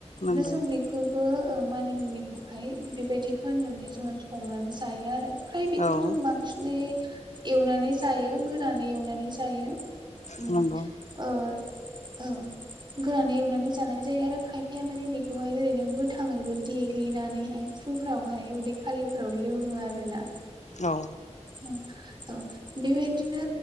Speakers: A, on the left; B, on the right.
A: नंगौ
B: दा जों बेख खौबो ओ मानिमुनिखौहाय बेबायदि होननानै जोङो संनानै जायो आरो फ्राय बेखौ
A: औ
B: जों बांसिनै एवनानै जायो गोरानै एवनानै जायो उम
A: नंगौ
B: ओ औ गोरानै एवनानै जानाय जायो आरो खायफाया माने बेखौहाय ओरैनो गोथाङैबो देग्लिनानैहाय फुं फोरावहाय उदै खालिफोराव लोङो आरो ना
A: औ
B: उम औ बेबायदिनो